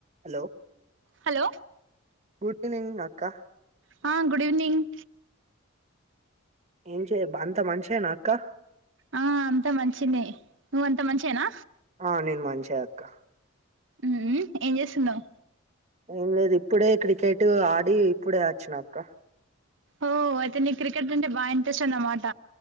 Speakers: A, on the right; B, on the right.
A: Hello
B: hello
A: good evening అక్కా
B: హా good evening
A: ఏం చేయ అంత మంచేనా అక్కా
B: ఆ అంత మంచినే నువ్ అంత మంచేనా
A: ఆ నేన్ మంచే అక్కా
B: హ్మ్ ఏం చేస్తున్నావ్
A: ఏం లేదు ఇప్పుడే క్రికెట్ ఆడి ఇప్పుడే వచ్చినా అక్క
B: ఓ అయితే నీక్ క్రికెట్ అంటే బాగ ఇంట్రెస్ట్ అన్నమాట